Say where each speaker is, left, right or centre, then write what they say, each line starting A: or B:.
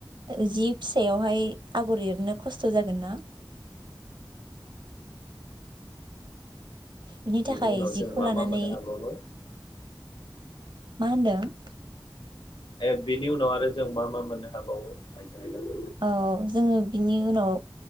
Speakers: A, on the right; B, on the left.
A: जि जि फिसायावहाय आगर एरनो खस्थ' जागोन ना? बिनि
B: बेनि
A: थाखाय
B: उनाव
A: जिखौ
B: जों मा
A: लानानै
B: मा मोननो हाबावो
A: मा होनदों?
B: ए बिनि उनाव आरो जों मा मा मोननो हाबावो आइजें आइला
A: औ जोङो बिनि उनाव